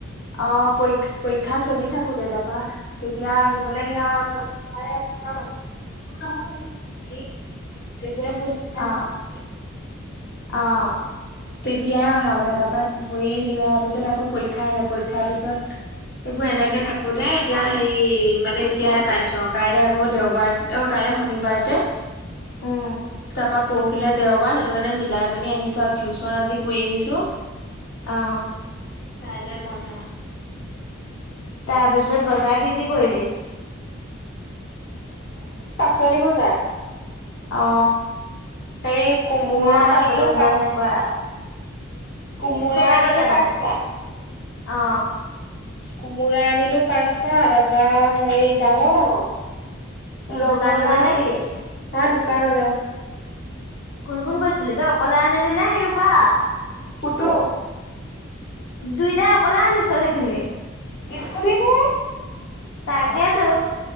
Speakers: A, on the left; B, on the left.
A: অ
B: পৰী পৰীক্ষা চলি থাকো দে তাপা তেতিয়া আহিবলে সেয়া পৰীক্ষাইে আছে তাকো অ নহয় এই ঘৰি ঘৰি যে মোৰ যেতিয়া
A: অ
B: আহি আছিলে
A: অ
B: তেতিয়াই অহা কথা তাপা ভৰি হেৰি অহাৰ পিছত আকৌ পৰীক্ষা আহিলে পৰীক্ষাৰ পিছত এইবোৰ এনেকে থাকোতে এতিয়া হেৰি মানে এতিয়াহে পাইছো অ কাইলে আকৌ দেওবাৰ অ কাইলে শনিবাৰ যে
A: উম
B: পা পৰখিলে দেওবাৰ সেইটো কাৰণে মিলাই পিনি আহিছো আৰু টিউচন আজি কৰি আহিছো।
A: আ
B: কাইলে বন্ধ
A: তাৰপিছত বগাকে কি কৰিলি
B: চলি বজাৰ
A: অ।
B: হেৰি কোমোৰা
A: মই পাচলি
B: আনিলো
A: বজাৰ
B: পাঁচ
A: নাই কৰা
B: কোমোৰা
A: দোকানলে
B: আনিলো পাঁচটা
A: মানে অ
B: কোমোৰা আনিলো পাঁচটা তাপা হেৰি ডাঙৰ ডাঙৰ। ৰঙালাও
A: দোকানলে নে
B: আনিলে
A: কি
B: হা দোকানলে অ
A: কোন কোন কৈছিলি তই অকলে আনিলি নে সেইহোপা
B: কুতো
A: দুইটাই অকলে আনিছ সেইখিনি
B: স্কুটিত হে
A: তাকেটো অ